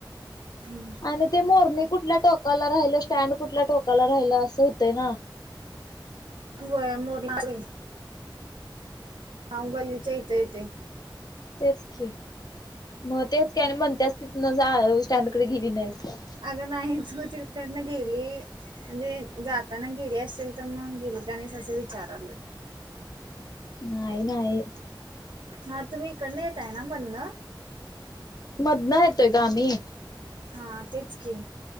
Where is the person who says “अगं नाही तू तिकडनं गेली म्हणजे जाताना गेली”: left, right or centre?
Right